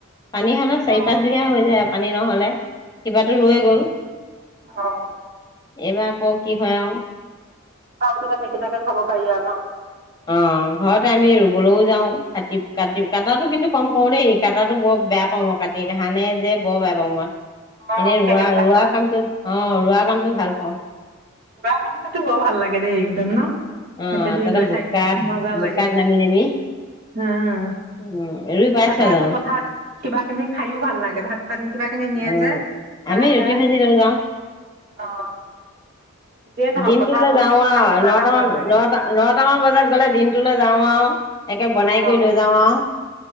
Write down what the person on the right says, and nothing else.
অ
উম
অ
চাউল টোজে নিকিনাকে খাব পাৰি আ ন।
ন
অ
খেৰ বিলাকে
ৰোৱা কামটো টো বৰ ভাল লাগে দেই একদম ন'
এনেকে ধুই
গৈ
থাক মজা
লাগে
উম
তাতে আকৌ
পথাৰত কিবা কিবি খায়ো ভাল লাগে ভাত। পানীত কিবাখিনি নিয়ে
যে চাহ
তাহ
অ' যিয়ে নহওক
পথাৰত বস্তুটো
খাই কিবা
এটা সোৱাদ
লাগে।
অ',